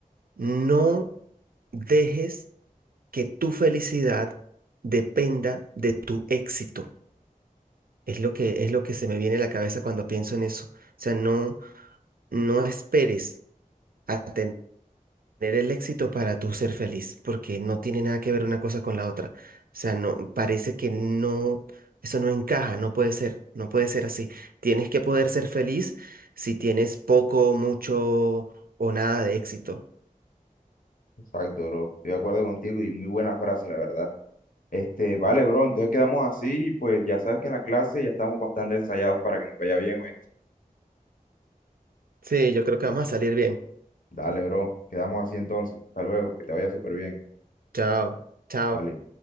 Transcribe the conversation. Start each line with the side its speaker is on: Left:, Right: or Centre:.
Right: no dejes que tu felicidad dependa de tu éxito. Es lo que, es lo que se me viene a la cabeza cuando pienso en eso. O sea, no. No esperes a tener el éxito para tú ser feliz, porque no tiene nada que ver una cosa con la otra. O sea, no, parece que no, eso no encaja, no puede ser, no puede ser así. Tienes que poder ser feliz si tienes poco, mucho o nada de éxito.
Left: Exacto, bro. Estoy de acuerdo contigo y muy buena frase, la verdad. Este, vale, bro, entonces quedamos así y pues ya sabes que en la clase ya estamos bastante ensayados para que nos vaya bien, ¿oíste?
Right: Sí, yo creo que vamos a salir bien.
Left: Dale, bro. Quedamos así entonces. Hasta luego, que te vaya súper bien.
Right: Chao, chao.
Left: Vale.